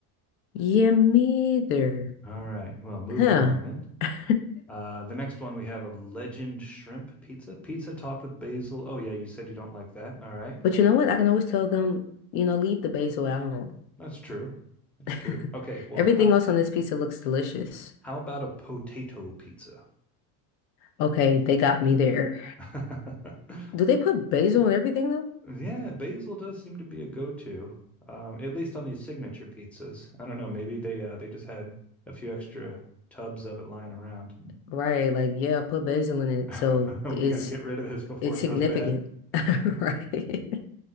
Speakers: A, on the left (about 80°); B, in the centre.
A: Yeah, me either.
B: All right. Well, moving
A: Huh.
B: on then.
A: <laughs>
B: Uh, the next one we have a legend shrimp pizza. Pizza topped with basil. Oh yeah, you said you don't like that. All right.
A: But you know what? I can always tell them, you know, leave the basil at home.
B: That's true. That's
A: <laughs>
B: true. Okay, well,
A: Everything
B: how
A: else on this pizza looks delicious.
B: how about a potato pizza?
A: Okay, they got me there.
B: <laughs>
A: Do they put basil in everything though?
B: Yeah, basil does seem to be a go-to, um, at least on these signature pizzas. I don't know, maybe they uh, they just had a few extra tubs of it lying around.
A: Right, like yeah, put basil in it,
B: <laughs>
A: so it's
B: We got to get rid of this before
A: it's
B: it
A: significant.
B: goes bad. <laughs>
A: <laughs> Right.